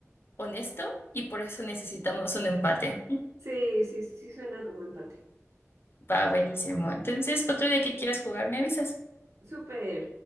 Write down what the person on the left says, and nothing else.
honesto y por eso necesitamos un empate.
Va, buenísimo. Entonces, otro día que quieras jugar, me avisas.